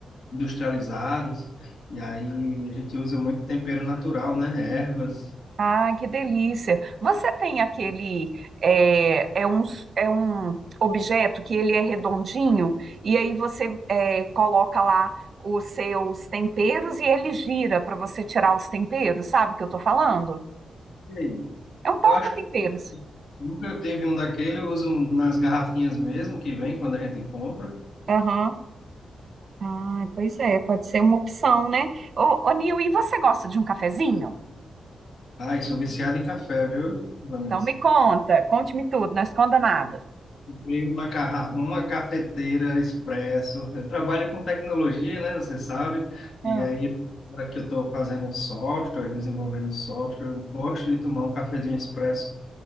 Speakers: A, on the left (about 75°); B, on the right (about 55°).
A: industrializados. E aí a gente usa muito tempero natural, né, ervas.
B: Ah, que delícia! Você tem aquele é, é um, é um objeto que ele é redondinho e aí você é, coloca lá os seus temperos e ele gira para você tirar os temperos, sabe o que eu tô falando?
A: E aí,
B: É um porta-temperos.
A: eu acho que nunca teve um daquele, eu uso nas garrafinhas mesmo que vem quando a gente compra.
B: Aham. Ah, pois é, pode ser uma opção, né? Ô, ô Nil, e você gosta de um cafezinho?
A: Ai, sou viciado em café, viu, Vanessa?
B: Então me conta, conte-me tudo, não esconda nada.
A: Comprei uma, carra... uma cafeteira expresso. Eu trabalho com tecnologia, né? Você sabe. E
B: Ah,
A: aí, agora que eu estou fazendo software, desenvolvendo software, eu gosto de tomar um cafezinho expresso.